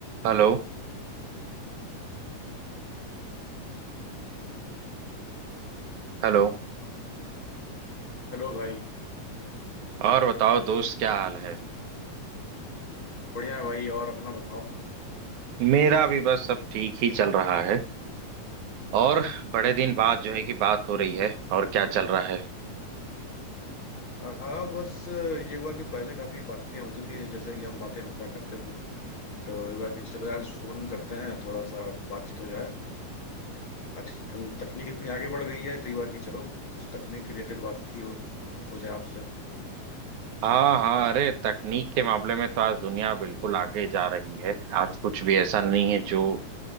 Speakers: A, on the right (about 70°); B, on the left (about 50°).
A: Hello Hello
B: Hello भाई
A: और बताओ दोस्त क्या हाल है
B: बढ़िया है भाई और अपना बताओ
A: मेरा भी बस सब ठीक ही चल रहा है और बड़े दिन बाद
B: अच्छा
A: जो है कि बात हो रही है और क्या चल रहा है
B: हाँ बस ये हुआ कि पहले काफी बातें होती थी जैसे कि हम बातें हमेशा करते थे तो हुआ कि चलो यार फोन करते हैं थोड़ा सा बातचीत हो जाए आजकल तकनीक इतनी आगे बढ़ गई है तो हुआ कि चलो उस तकनीक रिलेटेड बात ही हो, हो जाए आपसे
A: हाँ हाँ अरे तकनीक के मामले में तो आज दुनिया बिल्कुल आगे जा रही है आज कुछ भी ऐसा नहीं है जो